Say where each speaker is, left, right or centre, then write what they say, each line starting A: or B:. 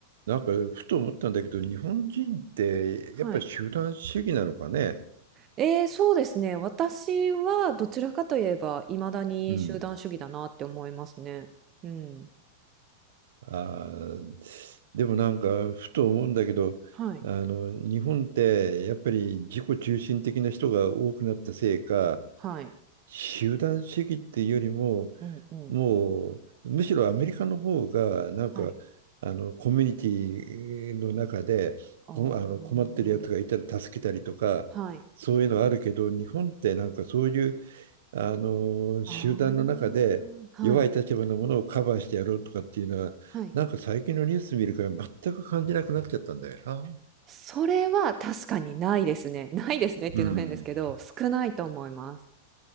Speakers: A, on the right; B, on the right.
A: なんか、ふと思ったんだけど、日本人って、
B: はい。
A: やっぱり集団主義なのかね。
B: えー、そうですね。私はどちらかといえば、いまだに集団主義だなって思いますね。
A: うん。
B: うん。
A: あー、でもなんか、ふと思うんだけど、
B: はい。
A: あの、日本って、やっぱり自己中心的な人が多くなったせいか、
B: はい。
A: 集団主義っていうよりも、
B: うんうん。
A: もう、むしろアメリカの方が、なんか、
B: はい。
A: あの、コミュニティの中で、
B: ああ。
A: こあの、困ってるやつがいたら助けたりとか、
B: はい。
A: そういうのあるけど、日本ってなんかそういう、あの集団の中で弱い立場のものをカバーしてやろうとかっていうのはなんか最近のニュース見るから全く感じなくなっちゃったんだよな。
B: ああ。はい。はい。それは確かにないですね。<laughs> ないですねっていうのも変ですけど、
A: うん
B: 少ないと思います。